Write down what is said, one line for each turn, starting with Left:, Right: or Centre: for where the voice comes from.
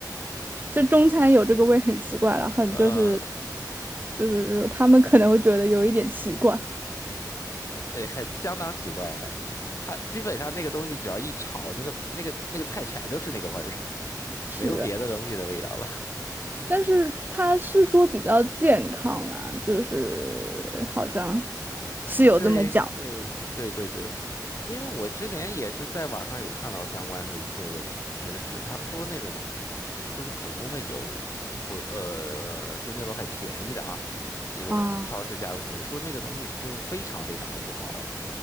Right: 就中餐有这个味很奇怪了，很就是
Left: 呃，
Right: 就是他们可能会觉得有一点奇怪，
Left: 呃，很相当奇怪。它基本上那个东西只要一炒，那个那个那个菜全都是那个味儿，<laughs>
Right: 是，
Left: 没有别的东西的味道了。
Right: 但是他是说比较健康啦，就是好像
Left: <laughs>
Right: 是有这么讲
Left: 对对，对对对，因为我之前也是在网上有看到相关的一些个知识，他们说那种就是普通的油，不呃，就是那种很便宜的啊，那种超市加工的，
Right: 啊，
Left: 说那个东西是就是非常非常的不好。